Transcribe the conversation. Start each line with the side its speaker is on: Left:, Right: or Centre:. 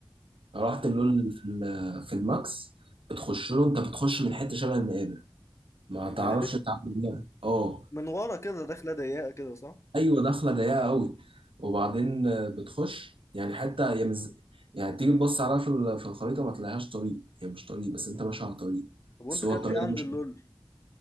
Right: او
Left: يبقى
Right: رحت اللول اللي في ال... في الماكس بتخش له انت بتخش من حته شبه المقابر ما
Left: ده-
Right: تعرفش تعمل بيها اه
Left: من ورا كده داخله ضيقه كده صح
Right: ايوه دخله ضيقه قوي وبعدين آه، بتخش يعني حتى هي مز... يعني تيجي تبص عليها في ال- في الخريطه ما تلاقيهاش طريق هي مش طريق بس انت ماشي على طريق
Left: طب وانت
Right: بس هو
Left: كلت
Right: الطريق
Left: ايه عند
Right: ده مش
Left: اللول